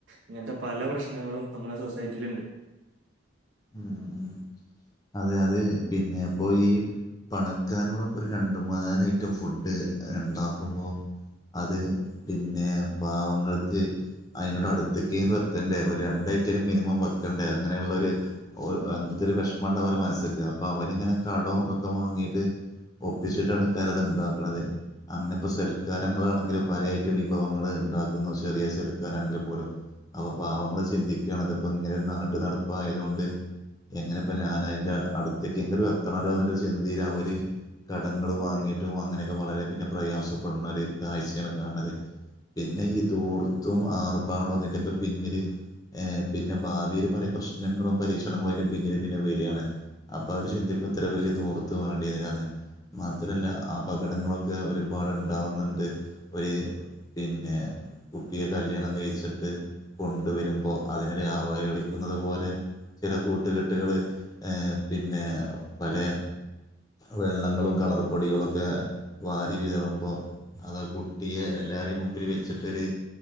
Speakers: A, on the right (about 65°); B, on the left (about 20°).
A: ഇങ്ങനത്തെ പല പ്രശ്നങ്ങളും നമ്മുടെ സൊസൈറ്റിയില് ഉണ്ട്.
B: ഉം ഉം അതെ അത് പിന്നെ പോയി പണക്കാരോടെപ്പോ ഒരു രണ്ട് മൂന്നാല് ഐറ്റം ഫുഡ് ഉണ്ടാക്കുമ്പോ അത് പിന്നെ പാവങ്ങൾക്ക് അതിനോട് അടുത്തെങ്കിലും എത്തണ്ടേ ഒരു രണ്ട് ഐറ്റമേലും മിനിമം വെക്കണ്ടേ അങ്ങനെയുള്ളൊരു ഒര് അങ്ങത്തെ ഒരു വിഷമണ്ട പോലെ മനസ്സക്ക്, അപ്പൊ അവരിങ്ങനെ കടോ ഇതൊക്കെ വാങ്ങീട്ട് ഒപ്പിച്ചിട്ടാണ് ഇ കാര്യം ഇത് ഇണ്ടാക്ക്ണതേ അങ്ങനെ ഇപ്പോൾ സൽക്കാരങ്ങളാണെങ്കിലും പലയായിട്ട് വിഭവങ്ങൾ ഉണ്ടാക്കുന്നു ചെറിയ സൽക്കാരാണെങ്കിൽ പോലും. അപ്പൊ പാവങ്ങൾ ചിന്തിക്കുന്നത് ഇപ്പോൾ ഇങ്ങനെ ഒരു നാട്ട് നടപ്പായതുകൊണ്ട് എങ്ങനെ ഇപ്പൊ ഞാൻ അതിൻ്റെ
A: ആഹ്
B: അടുത്തേക്ക് എങ്കിലും എത്തണല്ലോ എന്നൊരു ചിന്തയിൽ അവര് കടങ്ങൾ
A: അതാണ്
B: വാങ്ങിയിട്ട് ഏറ്റവും അങ്ങനെയൊക്കെ വളരെ പിന്നെ പ്രയാസപ്പെടുന്നോര് കാഴ്ചയാണ് കാണുന്നത് പിന്നെ ഈ ധൂർ ത്തും ആർഭാടവും അതിന്റൊക്കെ പിന്നില് ഹെ പിന്നെ ഭാവിയിൽ പല പ്രശ്നങ്ങളും പരീക്ഷ ണങ്ങള് നമ്മള് അതിൻ്റെ പിന്നീട് പിന്നെ വരികയാണ് അപ്പോ അവര് ചിന്തിക്കും ഇത്ര വലിയ ധൂർത്ത് വേണ്ടീരുന്നില്ലായെന്ന് മാത്രമല്ല അപകടങ്ങളൊക്കെ ഒരുപാടുണ്ടാവുന്നുണ്ട് ഇപ്പഴ് പിന്നെ കുട്ടിയെ കല്യാണം കഴിച്ചിട്ട് കൊണ്ടു വരുമ്പോൾ അതിനെ അവഹേളിക്കുന്നത് പോലെ ചെല കൂട്ടുകെട്ടുകൾ പിന്നെ പല വെള്ളങ്ങളും കളർ പൊടികളുമൊക്കെ വാരി വിതറുമ്പോൾ അതാ കുട്ടിയെ എല്ലാരെയും മുമ്പില് വെച്ചിട്ടൊരു